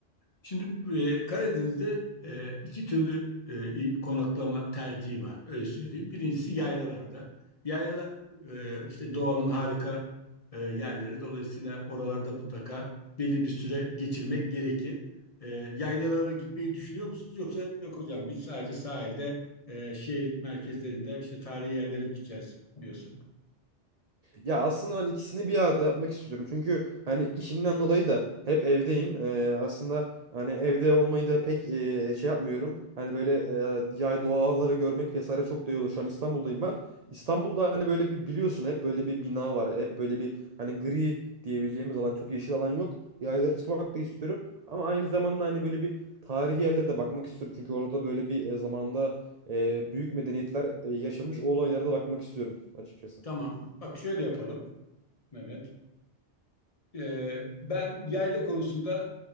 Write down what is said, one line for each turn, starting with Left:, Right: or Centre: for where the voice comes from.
Left: Şimdi e, Karadeniz'de e, iki türlü e, konaklama tercihi var. Öyle söyleyeyim. Birincisi yaylalarda. Yaylalar e, işte doğanın harika e, yerleri. Dolayısıyla oralarda mutlaka belli bir süre geçirmek gerekir. E, yaylalara gitmeyi düşünüyor musunuz? Yoksa yok hocam biz sadece sahilde e, şehir merkezlerinde işte tarihi yerlere gideceğiz diyorsun.
Right: Ya aslında ben ikisini bir arada yapmak istiyorum. Çünkü hani işimden dolayı da hep evdeyim. Ee, aslında hani evde olmayı da pek e, şey yapmıyorum. Hani böyle e, yay doğaları görmek vesaire çok da iyi olur. Şu an İstanbul'dayım ben. İstanbul'da hani böyle bir biliyorsun hep böyle bir bina var. Hep böyle bir hani gri diyebileceğimiz alan çok yeşil alan yok. Yaylara çıkmak da istiyorum. Ama aynı zamanda hani böyle bir tarihi yerlere de bakmak istiyorum. Çünkü orada böyle bir e, zamanda e, büyük medeniyetler e, yaşamış o olaylara da bakmak istiyorum açıkçası.
Left: Tamam. Bak şöyle yapalım Mehmet. E, ben yayla konusunda